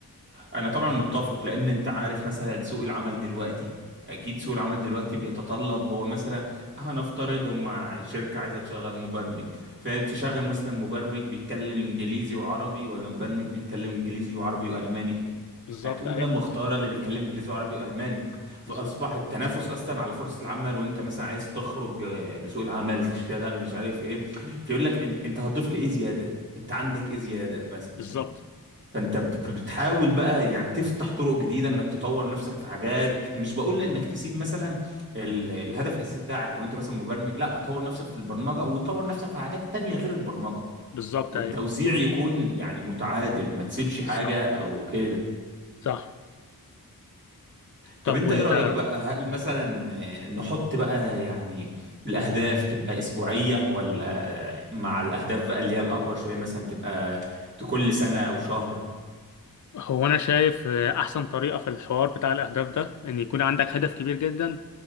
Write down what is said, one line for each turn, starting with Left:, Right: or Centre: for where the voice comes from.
Right: انا طبعا متفق لان انت عارف مثلا سوق العمل دلوقتي اكيد سوق العمل دلوقتي بيتطلب هو مثلا هنفترض هم شركة عايزة تشغل مبرمج فتشغل مثلا مبرمج بيتكلم انجليزي وعربي ولا مبرمج بيتكلم انجليزي وعربي والماني
Left: بالظبط
Right: هتقوم
Left: اهي
Right: جاي مختارة اللي بيتكلم انجليزي وعربي والماني فاصبح
Left: بالظبط
Right: التنافس اصلا على فرصة العمل وانت مثلا عايز تخرج آه، لسوق العمل تشتغل مش عارف ايه فيقول لك إن- انت هتضيف لي ايه زيادة انت عندك ايه زيادة مثلا
Left: بالظبط
Right: فانت ب- بتحاول بقى يعني تفتح طرق جديده انك تطور نفسك في حاجات مش بقول انك تسيب مثلا ال- الهدف الاساسي بتاعك لو انت مثلا مبرمج لا طور نفسك في البرمجه وطور نفسك في حاجات تانية غير البرمجه
Left: بالظبط
Right: والتوزيع
Left: اهي
Right: يكون يعني متعادل ما تسيبش حاجه
Left: صح
Right: او كده
Left: صح طب
Right: طب انت
Left: وانت
Right: ايه رايك بقى هل مثلا آه، نحط بقى يعني الاهداف تبقى اسبوعيه ولا مع الاهداف بقى اللي هي الاكبر شويه مثلا تبقى كل سنه او شهر
Left: هو أنا شايف آه، أحسن طريقة في الحوار بتاع الأهداف ده إن يكون عندك هدف كبير جدا